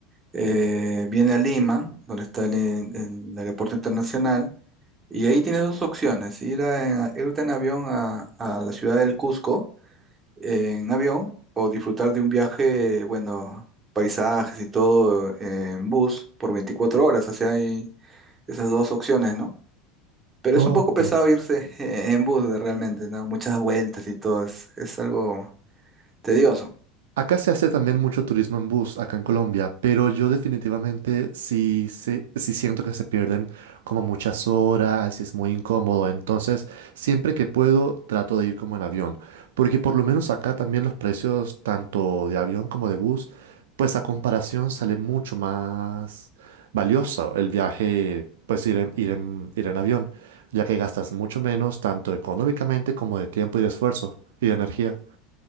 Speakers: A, on the right; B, on the right.
A: eh, viene a Lima, donde está el el- el aeropuerto internacional, Y ahí tienes dos opciones, ir a- irte en avión a, a la ciudad del Cusco eh, en avión o disfrutar de un viaje, bueno, paisajes y todo eh, en bus por veinticuatro horas, o sea, hay esas dos opciones, ¿no? Pero
B: Ok.
A: es un poco pesado irse <laughs> en bus de- realmente, ¿no? Muchas vueltas y todo, es, es algo tedioso.
B: Acá se hace también mucho turismo en bus, acá en Colombia, pero yo definitivamente sí, se- sí siento que se pierden como muchas horas, es muy incómodo, entonces siempre que puedo trato de ir como en avión, porque por lo menos acá también los precios tanto de avión como de bus, pues a comparación sale mucho más valioso el viaje, pues ir en, ir en, ir en avión, ya que gastas mucho menos tanto económicamente como de tiempo y de esfuerzo y de energía.